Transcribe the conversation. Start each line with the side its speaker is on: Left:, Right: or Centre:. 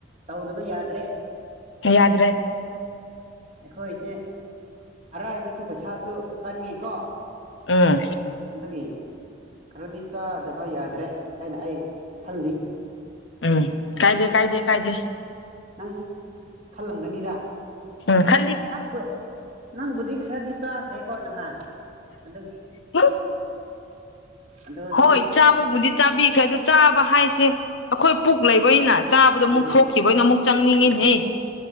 Right: ꯇꯧꯗꯕ ꯌꯥꯗ꯭ꯔꯦ
Left: ꯌꯥꯗ꯭ꯔꯦ
Right: ꯑꯩꯈꯣꯏꯁꯦ ꯑꯔꯥꯏꯕꯁꯨ ꯄꯩꯁꯥꯁꯨ ꯆꯪꯉꯦ ꯀꯣ
Left: ꯎꯝ
Right: ꯑꯗꯒꯤꯦ ꯈꯔꯗꯤ ꯆꯥꯗꯕ ꯌꯥꯗ꯭ꯔꯦ ꯍꯥꯏꯅ ꯑꯩ ꯈꯜꯂꯤ
Left: ꯎꯝ ꯀꯥꯏꯗꯦ ꯀꯥꯏꯗꯦ ꯀꯥꯏꯗꯦ
Right: ꯅꯪꯁꯨ ꯈꯜꯂꯝꯒꯅꯤꯗ
Left: ꯎ ꯈ
Right: ꯅꯪꯕꯨ ꯅꯪꯕꯨꯗꯤ ꯈꯔꯗꯤ ꯆꯥꯈ꯭ꯔꯦꯀꯣ ꯅꯍꯥꯟ ꯑꯗꯨꯒ
Left: ꯍ
Right: ꯑꯗꯨꯗꯤ
Left: ꯍꯣꯏ ꯆꯥꯕꯕꯨꯗꯤ ꯆꯥꯕꯤꯈ꯭ꯔꯦ ꯑꯗ ꯆꯥꯕ ꯍꯥꯏꯁꯦ ꯑꯩꯈꯣꯏ ꯄꯨꯛ ꯂꯩꯕꯅ ꯆꯥꯕꯗꯣ ꯑꯃꯨꯛ
Right: ꯎꯝ
Left: ꯊꯣꯛꯈꯤꯕꯩꯅ ꯑꯃꯨꯛ ꯆꯪꯅꯤꯡꯉꯤꯅꯦꯍ
Right: ꯎꯝ